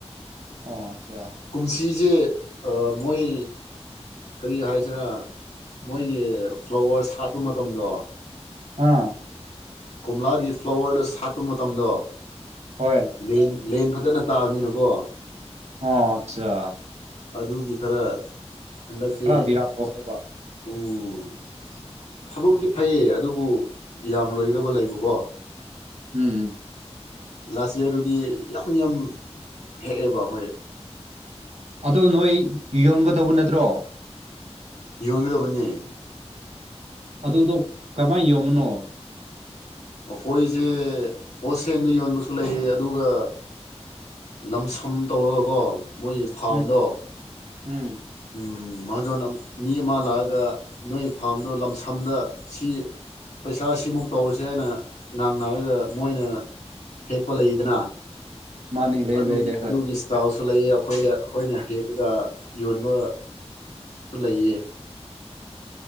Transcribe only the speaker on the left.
ꯀꯨꯝꯁꯤꯁꯦ ꯑꯥ ꯃꯣꯏ ꯀꯔꯤ ꯍꯥꯏꯁꯤꯔꯥ ꯃꯣꯏꯒꯤ ꯐ꯭ꯂꯥꯋꯔ ꯁꯥꯠꯄ ꯃꯇꯝꯗꯣ
ꯀꯣꯝꯂꯥꯒꯤ ꯐ꯭ꯂꯥꯋꯔꯗꯣ ꯁꯥꯠꯄ ꯃꯇꯝꯗꯣ
ꯂꯦꯟ ꯂꯦꯟ ꯐꯖꯅ ꯇꯥꯕꯅꯤꯅꯀꯣ
ꯑꯗꯨꯒꯤ ꯈꯔ ꯍꯟꯗꯛꯁꯦ
ꯎꯝ ꯐꯕꯕꯨꯗꯤ ꯐꯩꯌꯦ ꯑꯗꯨꯕꯨ ꯌꯥꯝꯂꯣꯏꯒꯗꯕ ꯂꯩꯕꯀꯣ
ꯂꯥꯁ ꯏꯌꯥꯔꯗꯨꯗꯤ ꯌꯥꯝ ꯌꯥꯝ ꯍꯦꯛꯑꯦꯕ ꯑꯩꯈꯣꯏ
ꯌꯣꯟꯒꯗꯕꯅꯦ
ꯑꯩꯈꯣꯏꯁꯦ ꯍꯣꯠꯁꯦꯜꯗ ꯌꯣꯟꯕꯁꯨ ꯂꯩꯌꯦ ꯑꯗꯨꯒ ꯂꯝꯁꯝ ꯇꯧꯔꯒꯀꯣ ꯃꯣꯏꯒꯤ ꯐꯥꯔꯝꯗꯣ
ꯎꯝ ꯃꯍꯥꯖꯣꯟ ꯃꯤ ꯑꯃ ꯂꯥꯛꯑꯒ ꯅꯣꯏ ꯐꯥꯔꯝꯗꯣ ꯂꯝꯁꯝꯗ ꯁꯤ ꯄꯩꯁꯥ ꯁꯤꯃꯨꯛ ꯇꯧꯔꯁꯤ ꯍꯥꯏꯅ ꯉꯥꯡꯅꯔꯒ ꯃꯣꯏꯅ ꯍꯦꯛꯄ ꯂꯩꯗꯅ
ꯑꯗꯨꯒꯤ
ꯑꯗꯨꯒꯤ ꯁꯏꯇꯥꯜ ꯁꯨ ꯂꯩꯌꯦ ꯑꯩꯈꯣꯏ ꯑꯩꯈꯣꯏꯅ ꯍꯦꯛꯑꯒ ꯌꯣꯟꯕ ꯁꯨ ꯂꯩꯌꯦ